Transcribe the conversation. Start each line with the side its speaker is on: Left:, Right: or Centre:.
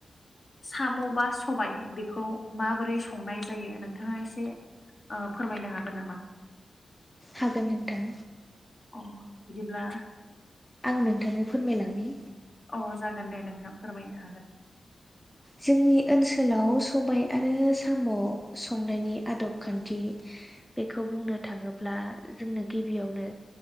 Left: साम' बा सबाय बेखौ माबोरै संनाय जायो नोंथाङा एसे ओ फोरमायनो हागोन नामा?
Centre: हागोन नोंथां।
Left: अ बिदिब्ला
Centre: आंङो नोंथांनो फोरमायलांनि
Left: अ जागोनदे नोंथां फोरमायनो हागोन।
Centre: जोंनि ओनसोलाव सबाय आरो साम' संनायनि आदब खान्थि बेखौ बुंनो थाङोब्ला जोंनो गिबियावनो